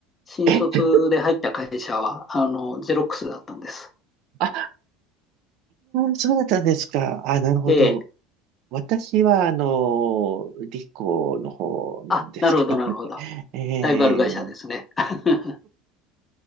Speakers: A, on the left; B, on the right.
A: 新卒で入った会社は、
B: え、
A: あの、ゼロックスだったんです。
B: あ、そうだったんですか。あ、なるほど。
A: ええ。
B: 私は、あの、理工の方なんですけどね。
A: あ、なるほど、なるほど。
B: <laughs> えー
A: ライバル会社ですね。<laughs>